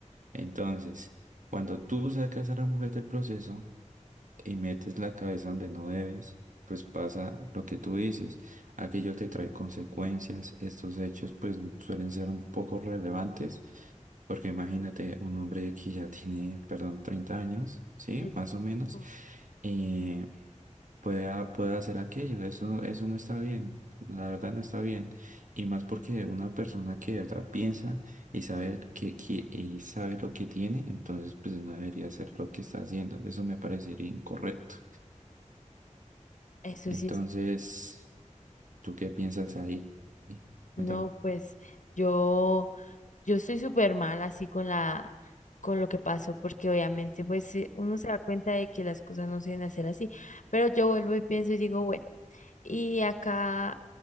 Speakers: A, on the right (about 80°); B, on the left (about 75°).
A: Entonces, cuando tú sacas a la mujer del proceso, y metes la cabeza donde no debes, pues pasa lo que tú dices. Aquello te trae consecuencias. Estos hechos pues suelen ser un poco relevantes, porque imagínate un hombre que ya tiene, perdón, 30 años, ¿sí?
B: sí.
A: Más o menos,
B: mm.
A: eh, pueda, pueda hacer aquello. Eso, eso no está bien. La verdad no está bien. Y más porque una persona que de verdad piensa y sabe que, que- y sabe lo que tiene, entonces pues no debería hacer lo que está haciendo. Eso me parecería incorrecto.
B: Eso
A: Entonces,
B: sí es cierto.
A: ¿tú qué piensas ahí?
B: No,
A: Cuéntame.
B: pues yo. Yo estoy súper mal así con la, con lo que pasó, porque obviamente pues eh, uno se da cuenta de que las cosas no se deben hacer así, pero yo vuelvo y pienso y digo, bueno. Y acá,